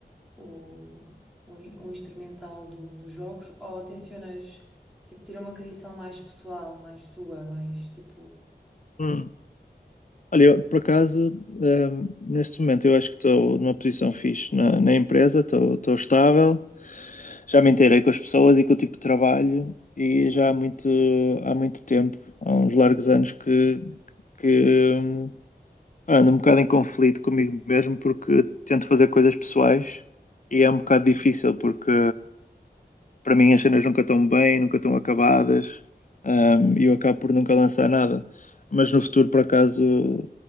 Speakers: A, in the centre; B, on the left.
A: o, o, in- o instrumental do- dos jogos ou tencionas tipo ter uma criação mais pessoal, mais tua, mais tipo
B: Hum. Olha, eu, por acaso, hum, neste momento eu acho que estou numa posição fixe na, na empresa, estou estou estável, já me inteirei com as pessoas e com o tipo de trabalho e já há muito, há muito tempo, há uns largos anos que, que hum, ando um bocado em conflito comigo mesmo porque tento fazer coisas pessoais e é um bocado difícil porque para mim as cenas nunca estão bem, nunca estão acabadas, hum, e eu acabo por nunca lançar nada. Mas no futuro, por acaso,